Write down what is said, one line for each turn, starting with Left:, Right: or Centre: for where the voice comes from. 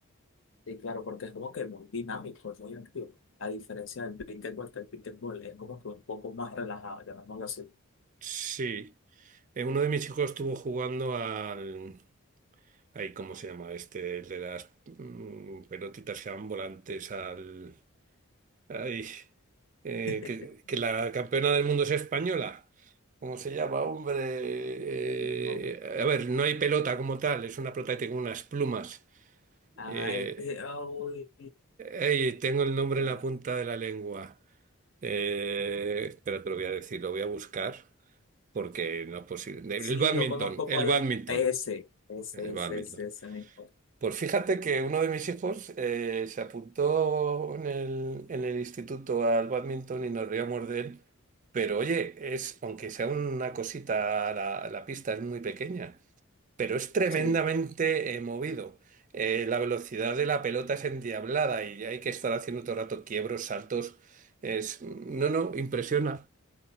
Left: Y claro, porque es como que muy dinámico, es muy activo. A diferencia del pickleball, que el pickleball es como que un poco más relajado, llamémoslo así.
Right: Sí. Eh, Uno de mis hijos estuvo jugando al... Ay, ¿cómo se llama este? El de las mm, pelotitas que van volantes al... Ay, eh,
Left: <laughs>
Right: que, que la campeona del mundo es española. ¿Cómo se llama, hombre? Eh,
Left: No.
Right: a ver, no hay pelota como tal, es una pelota que tiene unas plumas.
Left: Ah,
Right: Eh,
Left: este, ah, uy,
Right: ay, tengo el nombre
Left: eh,
Right: en la punta de la lengua. Eh, espera, te lo voy a decir, lo voy a buscar porque no es posible.
Left: sí,
Right: El bádminton,
Left: yo conozco
Right: el
Left: cuál
Right: bádminton.
Left: es. Ese, ese,
Right: El
Left: ese,
Right: bádminton.
Left: ese, ese mismo.
Right: Pues fíjate que uno de mis hijos eh, se apuntó en el, en el instituto al bádminton y nos reíamos de él. Pero oye, es, aunque sea una cosita, la, la pista es muy pequeña, pero es tremendamente
Left: Sí,
Right: eh, movido. Eh, la velocidad de la pelota es endiablada y hay que estar haciendo todo el rato quiebros, saltos. Es, no, no, impresiona.